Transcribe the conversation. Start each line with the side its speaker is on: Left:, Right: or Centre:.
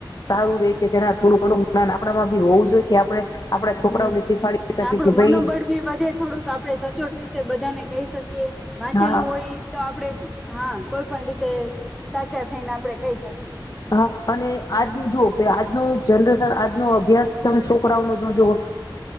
Left: સારું રે છે, કે ના થોડું ઘુંણું જ્ઞાન આપડામાં ભી હોવું જોઈએ. છોકરાઓને
Centre: હમ
Left: શીખાડી શકીએ
Centre: આપડું
Left: કે
Centre: મનોબળ
Left: ભાઈ
Centre: ભી વધે, થોડુંક આપડે સચોટ રીતે બધાને કહી શકીએ. વાંચેલું
Left: હા
Centre: હોય, તો આપડે હા, કોઈ પંડિતે સાચ ચા થઈને આપણે કહી શકીએ.
Left: હા, અને આજનું જો આજનું જનરેશન, આજનો અભ્યાસ તમે છોકરાઓ નો જો જો હો.